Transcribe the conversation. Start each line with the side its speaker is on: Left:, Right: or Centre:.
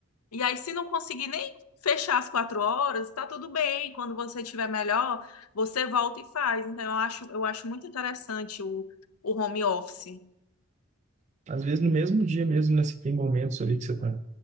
Left: E aí, se não conseguir nem fechar as quatro horas, tá tudo bem. Quando você estiver melhor, você volta e faz. Então, eu acho, eu acho muito interessante o, o home office.
Right: Às vezes no mesmo dia mesmo, né, você tem momentos ali que você está